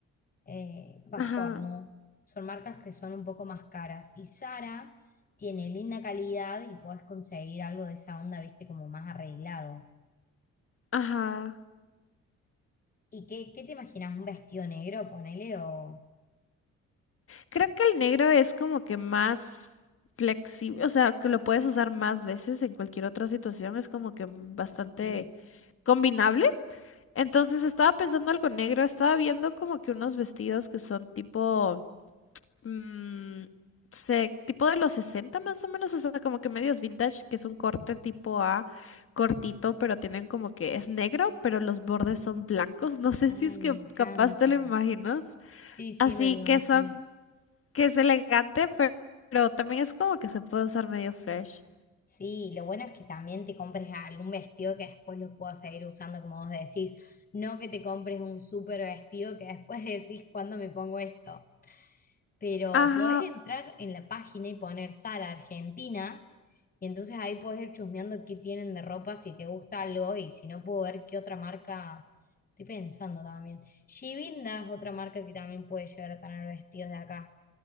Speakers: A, on the left; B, on the left.
A: eh, Vascornu.
B: ajá,
A: Son marcas que son un poco más caras. Y Zara tiene linda calidad y podés conseguir algo de esa onda, viste, como más arreglado.
B: ajá.
A: ¿Y qué, qué te imaginas? ¿Un vestido negro, ponele o...?
B: Creo que el negro es como que más flexible, o sea, que lo puedes usar más veces en cualquier otra situación, es como que bastante
A: Sí.
B: combinable. Entonces estaba pensando algo negro, estaba viendo como que unos vestidos que son tipo, mm, se- tipo de los 60 más o menos, o sea, como que medios vintage, que es un corte tipo A cortito, pero tienen como que es negro, pero los bordes son blancos. <laughs> No sé
A: Ay,
B: si es que
A: me encanta.
B: capaz te lo imaginas.
A: Sí, sí,
B: Así
A: me lo imagino.
B: que son que es elegante, pero, pero también es como que se puede usar medio fresh.
A: Sí, lo bueno es que también te compres algún vestido que después lo puedas seguir usando como vos decís. No que te compres un súper vestido que después <laughs> decís, ¿cuándo me pongo esto? Pero
B: Ajá,
A: podés entrar en la página y poner Zara Argentina, y entonces ahí podés ir chusmeando qué tienen de ropa, si te gusta algo, y si no puedo ver qué otra marca, estoy pensando también. Shivinda es otra marca que también puede llegar a tener vestidos de acá.